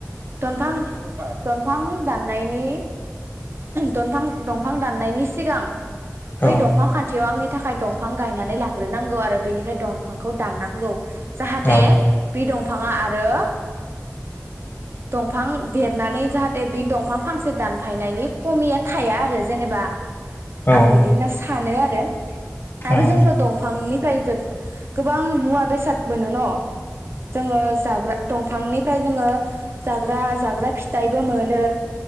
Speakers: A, on the right; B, on the left.
A: दनफां दनफां दाननाय नि दनफां दंफां दाननायनि सिगां
B: औ
A: बै दंफां खान्थियाव आंनि थाखाय दंफां गायनानै लाग्रोनांगौ आरो बेनिफ्राय दंफांखौ दाननांगौ। जाहाथे
B: औ
A: बि दं फाङा आरो दंफां देरनानै जाहाथे बि दंफां फांसे दानफायनायनि खमिया थाया आरो जेनोबा
B: औ
A: आं इदि होनना सानो आरो रो आरो
B: औ
A: जोंथ' दंफांनि फ्राय जोब गोबां मुवा बेसाद मोनो न'? जोङो जाग्रा दंफांनिफ्राय जोङो जाग्रा जाग्रा फिथाइबो मोनो